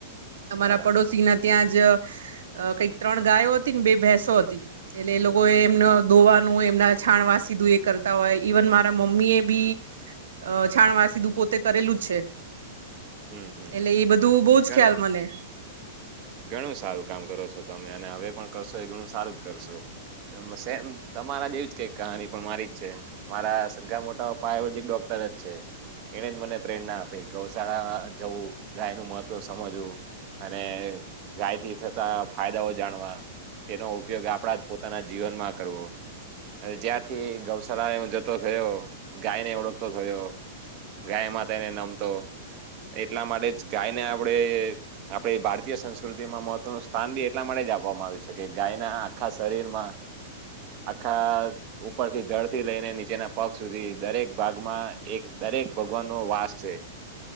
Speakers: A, on the right; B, on the right.
A: તો અમારા
B: બરાબર
A: પડોશીના
B: છે
A: ત્યાં જ કંઈક ત્રણ ગાયો હતી ને બે ભેંસો હતી એટલે એ લોકો એ
B: હમ
A: એમનો દોવાનું એમના છાણ વાસી દુ એ કરતા હોય ઈવન મારા મમ્મી એ બી
B: હમ
A: અ છાણ વાસી દુ પોતે કરેલું જ છે
B: હમ હમ
A: એટલે એ બધું બઉ જ
B: <unintelligible>
A: ખ્યાલ મને
B: ઘણું સારું કામ કરો છો તમે અને હવે પણ કરશો એ ઘણું સારું જ કરશો સેમ તમારા જ એવી જ કઈક કહાની પણ મારી છે મારા સગા મોટા પપ્પા આયુર્વેદિક ડોક્ટર જ છે એણે જ મને પ્રેરણા આપી ગૌશાળા જવું ગાય નું મત તો સમજવું અને ગાયથી થતા ફાયદાઓ જાણવા તેનો ઉપયોગ આપણા જ પોતાના જીવનમાં કરવો જ્યારથી ગૌશળા એ હું જતો થયો ગાયને ઓળખતો થયો ગાય માતા ને નમતો એટલા માટે જ ગાયને આપણેે આપણે ભારતીય સંસ્કૃતિમાં મહત્વનું સ્થાન બી એટલા માટે જ આપવામાં આવ્યું છે કે ગાયના આખા શરીરમાં આખા ઉપરથી ધડ થી લઈને નીચેના પગ સુધી દરેક ભાગમાં એક દરેક ભગવાન નો વાસ છે